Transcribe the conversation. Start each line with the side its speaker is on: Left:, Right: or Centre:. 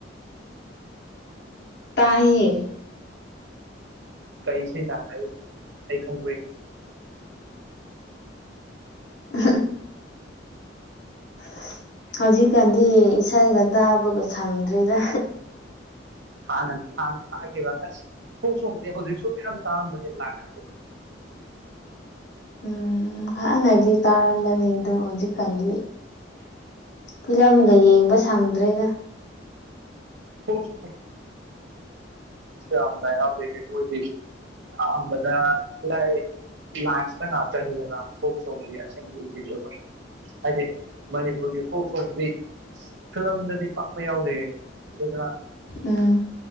Left: ꯇꯥꯏꯌꯦꯦ
Right: ꯀꯩꯁ ꯀ ꯑꯩ ꯈꯪ
Left: ꯎ <unintelligible> ꯍꯧꯖꯤꯛꯀꯥꯟꯗꯤ ꯏꯁꯩꯒ ꯇꯥꯕꯒ ꯁꯪꯗ꯭ꯔꯤꯗ
Right: ꯍꯅ ꯍꯅ ꯇꯥꯛꯈꯤꯕ ꯑꯁ ꯈꯣꯡ ꯁꯣꯡꯗꯦ ꯍꯧꯖꯤꯛꯁꯨ ꯃꯌꯥꯝ ꯇꯥꯔꯝꯕꯅꯦ ꯂꯥꯛ꯭ꯔꯔ
Left: ꯎꯝ ꯍꯥꯟꯅꯗꯤ ꯇꯥꯔꯝꯕꯅꯤ ꯑꯗꯣ ꯍꯧꯖꯤꯛꯀꯥꯟꯗꯤ ꯐꯤꯂꯝꯒ ꯌꯦꯡꯕ ꯊꯪꯗ꯭ꯔꯦꯗ
Right: ꯐꯁ ꯌꯥꯝꯗ ꯑꯝꯕꯗ ꯀꯏ ꯂꯥꯟꯁ ꯍꯥ ꯆ ꯐꯨ ꯁꯣ ꯆꯗꯤꯑꯣ ꯑꯗꯨꯦ ꯃꯅꯤꯄꯨꯔꯒꯤ ꯐꯣ ꯐꯗꯤ ꯐꯤꯂꯝꯗꯗꯤ ꯄꯥꯛꯄ ꯌꯥꯎꯗꯦ ꯑꯗꯨ
Left: ꯎꯝ